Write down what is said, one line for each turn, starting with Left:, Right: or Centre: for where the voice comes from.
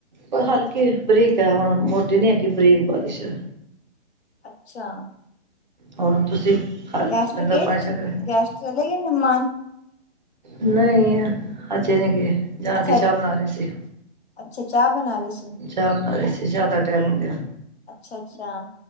Right: ੳਹ ਹਲਕੀ ਬਰੀਕ ਹੈ ਹੁਣ ਮੋਟੀ ਨੀ ਹੈਗੀ ਬਰੀਕ ਬਾਰਿਸ਼ ਹੈ।
Left: ਅੱਛਾ
Right: ਹੋਰ ਤੁਸੀਂ? ਹ
Left: ਗੈਸਟ
Right: ਲੰਗਰ
Left: ਗਏ
Right: ਪਾਣੀ
Left: ਤੁਸੀਂ,
Right: ਛੱਕ ਰਹੇ
Left: ਗੈਸਟ ਚਲੇ ਗਏ ਮਹਿਮਾਨ?
Right: ਨਹੀਂ, ਅਜੇ ਨਹੀਂ ਗਏ, ਜਾ
Left: ਅੱਛਾ,
Right: ਕੇ ਚਾਹ ਬਣਾ ਰਹੇ ਸੀ।
Left: ਅੱਛਾ ਚਾਹ ਬਣਾ ਰਹੇ ਸੀ।
Right: ਚਾਹ ਬਣਾ ਰਹੇ ਸੀ ਚਾਹ ਦਾ ਟੈਮ ਹੋ ਗਿਆ,
Left: ਅੱਛਾ, ਅੱਛਾ